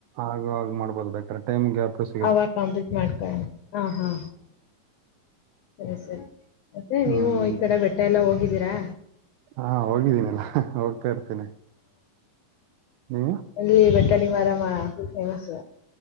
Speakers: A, on the right (about 80°); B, on the left (about 75°).
A: ಆಗ ಆಗ ಮಾಡ್ಬೋದ ಬೇಕಾರ ಟೈಮ್ ಗ್ಯಾಪಸ್
B: ಅವಾಗ ಕಂಪಿಟ್ ಮಾಡ್ಕ ಹ ಹಾ ಸರಿ ಸರಿ ಮತ್ತೆ
A: ಹ್ಮ್
B: ನೀವು ಈ ಕಡೆ ಬೆಟ್ಟ ಎಲ್ಲ ಹೋಗಿದ್ದೀರಾ.
A: ಹಾ ಹೋಗಿದ್ದೀನಿಲ್ಲ ಹೋಗ್ತಾ ಇರ್ತೀನಿ. ನೀ
B: ಅಲ್ಲಿ ಬೆಟ್ಟಾಲ ಮಾರಮ್ಮ ಫುಲ್ ಫೇಮಸ್.